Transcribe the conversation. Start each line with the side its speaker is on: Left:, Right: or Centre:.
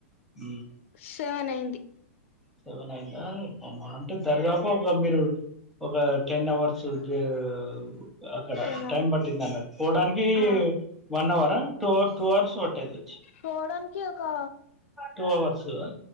Centre: ఊ
Left: సెవెన్ అయింది
Centre: సెవెన్ అయిందా అమ్మా అంటే దర్దాపు ఒక మీరూ. ఒకా టెన్ అవర్సు జా ఆ అక్కడా
Left: టెన్
Centre: టైం పట్టిందన్నట్ పోడానికీ.
Left: ఆ
Centre: వన్ అవరా టూ అవర్స్ టూ అవర్స్ వట్టిందొచ్చ్
Left: పోవడానికి ఒకా
Centre: టూ అవర్స్ ఆ